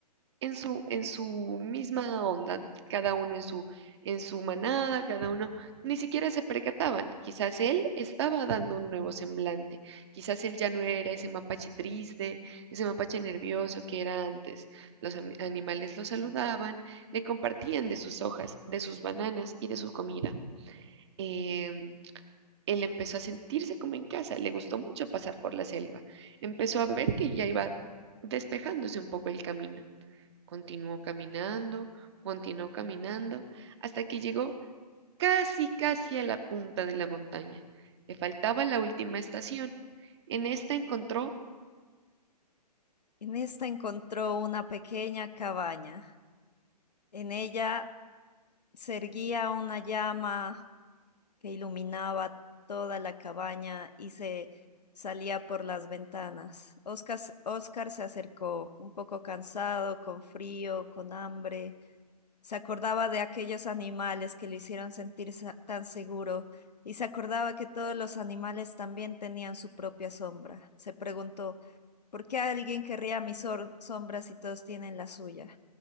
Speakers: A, on the right; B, on the left.
A: en su, en su misma onda, cada uno en su, en su manada, cada uno, ni siquiera se percataban. Quizás él estaba dando un nuevo semblante, quizás él ya no era ese mapache triste, ese mapache nervioso que era antes. Los am- animales lo saludaban, le compartían de sus hojas, de sus bananas y de su comida. Em, él empezó a sentirse como en casa, le gustó mucho pasar por la selva, empezó a ver que ya iba despejándose un poco el camino. Continuó caminando, continuó caminando, hasta que llegó casi, casi a la punta de la montaña. Le faltaba la última estación. En esta encontró,
B: En esta encontró una pequeña cabaña. En ella se erguía una llama que iluminaba toda la cabaña y se salía por las ventanas. Oscar, Oscar se acercó, un poco cansado, con frío, con hambre Se acordaba de aquellos animales que le hicieron sentir sa- tan seguro y se acordaba que todos los animales también tenían su propia sombra. Se preguntó, ¿por qué alguien querría mi sor- sombra si todos tienen la suya?